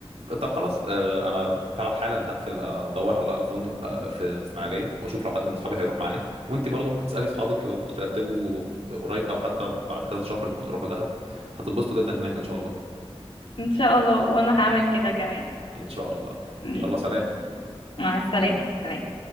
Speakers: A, on the right; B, on the left.
A: طب خلاص آه، أنا فعلا حالا هقفل آه، أدور على فندق آه، في إسماعيلية وأشوف لو حد من أصحابي هيروح معايا وأنتي برضه ممكن تسألي أصحابك لو ترتبوا قريب أو حتى بعد كذا شهر إنكم تروحوا دهب هتتبسطوا جدا هناك إن شاء الله
B: <laughs> ان شاء الله وانا هعمل كده كمان
A: ان شاء الله
B: ميس.
A: يلا سلام
B: مع السلامة سلام